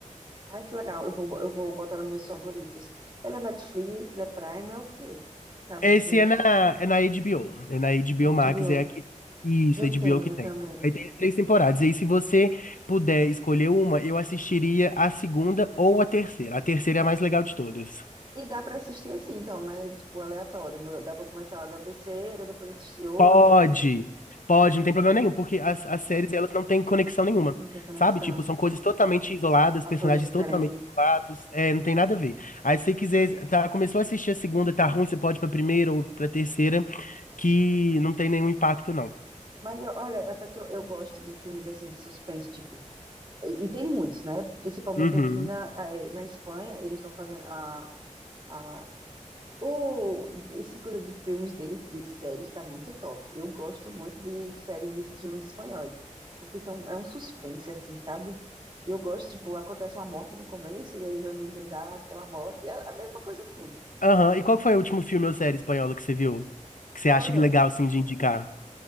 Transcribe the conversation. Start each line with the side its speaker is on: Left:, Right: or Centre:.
Right: Ai, que legal. Eu vou, bo- eu vou botar nos meus favoritos. Ela é Netflix, é Prime, é o quê? Sabe
Left: Esse
Right: dizer?
Left: é na, é na HBO. É na HBO
Right: Na HBO.
Left: Max, é aqui. Isso,
Right: Eu
Left: HBO
Right: tenho
Left: que tem.
Right: também.
Left: Aí tem três temporadas. E aí, se você puder escolher uma, eu assistiria a segunda ou a terceira. A terceira é a mais legal de todas.
Right: E dá pra assistir assim, então, né? Tipo, aleatório. No- Dá pra começar da terceira, depois assistir outra.
Left: Pode, pode, não
Right: Tranquilo,
Left: tem problema nenhum, porque as, as séries elas não têm conexão nenhuma,
Right: não tem conexão.
Left: sabe? Tipo, são coisas totalmente isoladas,
Right: Atores
Left: personagens
Right: diferentes.
Left: totalmente isolados, é, não tem nada a ver. Aí se você quiser, tá, começou a assistir a segunda, tá ruim, você pode ir pra primeira ou pra terceira, que não tem nenhum impacto, não.
Right: Mas eu- olha, até que eu, eu gosto de filmes assim de suspense, tipo. E, e tem muitos, né? Principalmente
Left: Uhum.
Right: aqui na, eh, na Espanha, eles estão fazendo a a. O, esse coisa de filmes dele, de séries, está muito top. Eu gosto muito de séries e filmes espanhóis, porque são, é um suspense, assim, sabe? Eu gosto, tipo, acontece uma morte no começo e aí vai desvendar aquela morte, e é a mesma coisa tudo.
Left: Aham. E qual que foi o último filme ou série espanhola que você viu? Que você
Right: Olha,
Left: acha que legal, assim, de indicar?